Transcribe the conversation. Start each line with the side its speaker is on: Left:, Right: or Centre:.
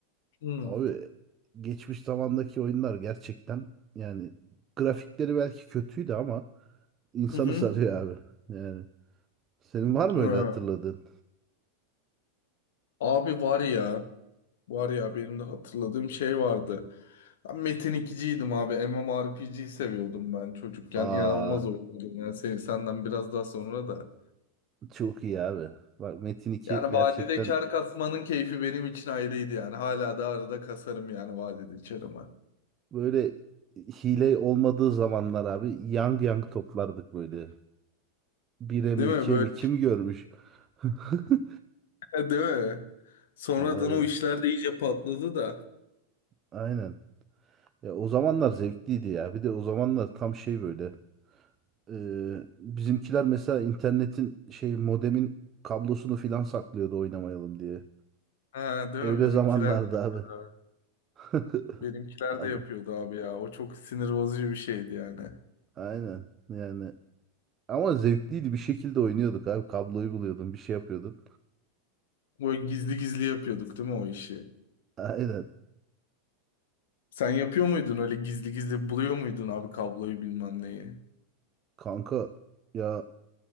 Left: Hı hı.
Right: Abi geçmiş zamandaki oyunlar gerçekten yani grafikleri belki kötüydü ama insanı
Left: hı.
Right: sarıyor abi. Yani senin var mı
Left: Ha.
Right: öyle hatırladığın?
Left: Abi var ya. Var ya benim de hatırladığım şey vardı. Ben Metin ikiciydim abi. MMORPG'yi seviyordum ben çocukken.
Right: Aa
Left: İnanılmaz oynuyordum. Yani sen, senden biraz daha sonra da.
Right: çok iyi abi. Bak Metin 2
Left: Yani
Right: gerçekten
Left: vadide kar kasmanın keyfi benim için ayrıydı yani. Hala da arada kasarım yani vadide karımı.
Right: böyle hile olmadığı zamanlar abi yang yang toplardık böyle. 1'e mi
Left: Değil
Right: 2'ye
Left: mi? Böyle,
Right: mi kim görmüş? <laughs>
Left: <laughs> değil mi? Sonradan
Right: Abi
Left: o işler de iyice patladı da.
Right: aynen. Ya o zamanlar zevkliydi ya. Bir de o zamanlar tam şey böyle. Ee, bizimkiler mesela internetin şey modemin kablosunu filan saklıyordu oynamayalım diye.
Left: Ha, değil
Right: Öyle
Left: mi? Benimkiler
Right: zamanlardı
Left: de yapıyordu
Right: abi.
Left: abi.
Right: <laughs>
Left: Benimkiler
Right: Abi,
Left: de yapıyordu abi ya. O çok sinir bozucu bir şeydi yani.
Right: Aynen yani. Ama zevkliydi bir şekilde oynuyorduk abi. Kabloyu buluyordun bir şey yapıyordun.
Left: Böyle gizli gizli yapıyorduk değil mi o işi?
Right: Aynen
Left: Sen yapıyor muydun öyle gizli gizli buluyor muydun abi kabloyu bilmem neyi?
Right: kanka ya